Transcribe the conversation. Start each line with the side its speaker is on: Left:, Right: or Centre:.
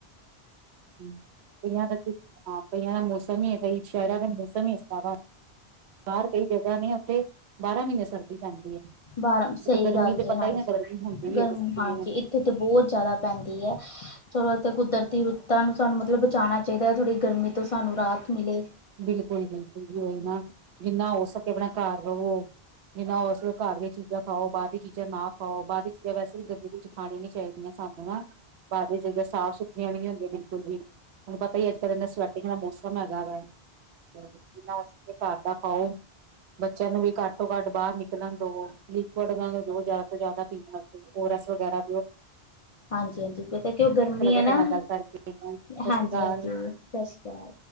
Right: <unintelligible> ਦਾ ਮੌਸਮੀ ਹੈ ਕਈ ਸ਼ਹਿਰ ਦਾ ਮੌਸਮੀ। ਬਾਹਰ ਕਈ ਜਗ੍ਹਾ ਨੇ ਉੱਥੇ ਬਾਰਾਂ ਮਹੀਨੇ ਸਰਦੀ ਪੈਂਦੀ ਹੈ।
Left: ਬਾਰ ਸਹੀ
Right: ਗਰਮੀ
Left: ਗੱਲ
Right: ਤੇ
Left: ਜੇ
Right: ਪਤਾ
Left: ਹਾਂਜੀ,
Right: ਹੀ ਨਾ ਗਰਮੀ ਹੁੰਦੀ ਵੀ
Left: ਗਰਮ
Right: ਹੈ ਕਿਸੇ ਦੀ
Left: ਹਾਂਜੀ
Right: ਨਹੀਂ ਹੁੰਦੀ
Left: ਇੱਥੇ ਤਾਂ ਬਹੁਤ ਜਿਆਦਾ ਪੈਂਦੀ ਹੈ। ਚਲੋ ਕੁਦਰਤੀ ਰੁੱਤਾਂ ਨੂੰ ਸਾਨੂੰ ਮਤਲਬ ਬਚਾਉਣਾ ਚਾਹੀਦਾ, ਥੋੜ੍ਹੀ ਗਰਮੀ ਤੋਂ ਸਾਨੂੰ ਰਾਹਤ ਮਿਲੇ।
Right: ਬਿਲਕੁਲ-ਬਿਲਕੁਲ, ਜੀ ਓਹੀ ਨਾ ਜਿੰਨਾ ਹੋ ਸਕੇ, ਆਪਣਾ ਘਰ ਰਵੋ। ਜਿੰਨਾ ਉਹ ਅਸਲ ਘਰ ਦੀਆਂ ਚੀਜ਼ਾਂ ਖਾਓ, ਬਾਹਰ ਦੀ ਚੀਜ਼ਾਂ ਨਾ ਖਾਓ, ਬਾਹਰ ਦੀ ਚੀਜ਼ਾਂ ਵੈਸੇ ਵੀ ਗਰਮੀ ਵਿੱਚ ਖਾਣੀ ਨੀ ਚਾਹੀਦੀਆਂ, ਸਾਨੂੰ ਨਾ ਬਾਹਰ ਦੀ ਜਗ੍ਹਾ ਸਾਫ਼ ਸੁਥਰੀਆਂ ਨੀ ਹੁੰਦੀਆਂ ਬਿਲਕੁਲ ਵੀ। ਤੁਹਾਨੂੰ ਪਤਾ ਹੀ ਅੱਜ-ਕੱਲ੍ਹ ਇਨਾ ਸਵੈਟਿੰਗ ਦਾ ਮੌਸਮ ਹੈਗਾ, ਵੈ। ਬਿ ਉਸ ਤੇ ਘਰ ਦਾ ਪਾਓ, ਬੱਚਿਆਂ ਨੂੰ ਵੀ ਘੱਟੋ-ਘੱਟ ਬਾਹਰ ਨਿਕਲਣ ਦੋ। ਜੋ ਜ਼ਿਆਦਾ ਤੋਂ ਜ਼ਿਆਦਾ ਪੀ ਓਰਸ ਵਗਰਾ
Left: ਹਾਂਜੀ, ਹਾਂਜੀ ਪਤਾ ਕਿਉ ਗਰਮੀ ਹੈ
Right: ਤੁਹਾਡੇ
Left: ਨਾ
Right: ਨਾਲ ਗੱਲ ਕਰਕੇ ਸਤਿ
Left: ਹਾਂਜੀ,
Right: ਸ਼੍ਰੀ ਅਕਾਲ
Left: ਹਾਂਜੀ, ਸਤਿ ਸ੍ਰੀ ਅਕਾਲ।